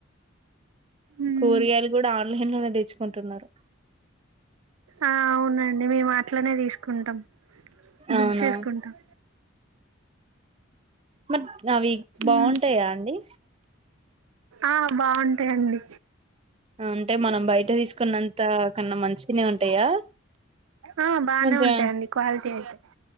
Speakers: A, on the right; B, on the right.
A: మ్మ్
B: కోరియలు కూడా ఆన్లైన్ లో తెచ్చుకుంటున్నారు
A: ఆ అవునండి మేము అట్లనే తీసుకుంటాం బుక్
B: అవునా
A: చేసుకుంటాం
B: మట్ అవి బాగుంటాయా
A: మ్మ్
B: అండి
A: ఆ బాగుంటాయండి
B: అంటే మనం బయట తీసుకున్నంత కన్నా మంచినే ఉంటాయా
A: ఆ బానే
B: కొంచెం
A: ఉంటాయండి క్వాలిటీ అయితే